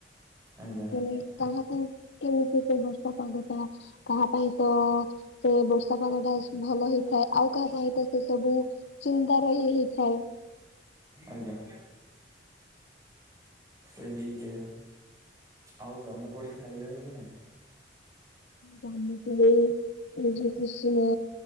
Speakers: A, on the right (about 20°); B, on the left (about 70°).
A: ଆଜ୍ଞା
B: ମାନେ କାହାକୁ- କେମିତି ସେ ବର୍ଷା ପାଗ ଟା କାହା ପାଇଁ ତ ସେ ବର୍ଷା ପାଗ ଟା- ଭଲ ହେଇଥାଏ ଆଉ କାହା ପାଇଁ ତ ସେ ସବୁ ଚିନ୍ତା ରହିି ହେଇଥାଏ।
A: ଆଜ୍ଞା। ସେହି ହିଏ ଆଉ ଜାମୁକୋଳି ଖାଇଲେଣି କି ନାଇଁ?
B: ଜାମୁକୋଳି ଏବେ କୁସୁମ